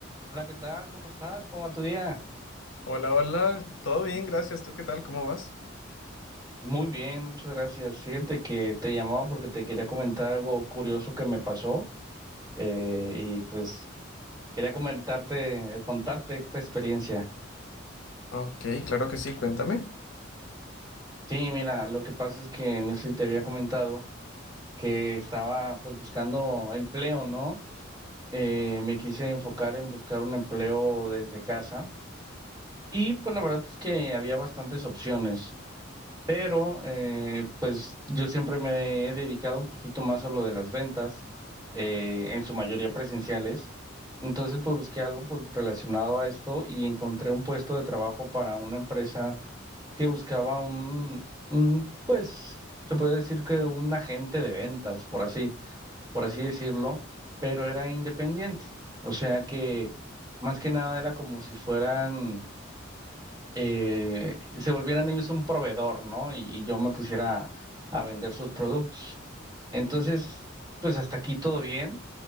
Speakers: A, on the right; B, on the left.
A: Hola, ¿qué tal? ¿Cómo estás? ¿Cómo va tu día?
B: Hola, hola, todo bien, gracias. ¿Tú qué tal? ¿Cómo vas?
A: Muy bien, muchas gracias. Fíjate que te llamaba porque te quería comentar algo curioso que me pasó eh, y pues quería comentarte, eh, contarte esta experiencia.
B: Ok, claro que sí, cuéntame.
A: Sí, mira, lo que pasa es que no sé si te había comentado que estaba pues buscando empleo, ¿no? Eh, me quise enfocar en buscar un empleo desde casa y pues la verdad es que había bastantes opciones. pero eh, pues yo siempre me he dedicado un poquito más a lo de las ventas, eh, en su mayoría presenciales. Entonces, pues busqué algo pues, relacionado a esto y encontré un puesto de trabajo para una empresa que buscaba un, un, pues, se puede decir que un agente de ventas, por así, por así decirlo, pero era independiente. O sea que más que nada era como si fueran eh, se volvieran ellos un proveedor, ¿no? Y, y yo me pusiera a vender sus productos. Entonces, pues hasta aquí todo bien,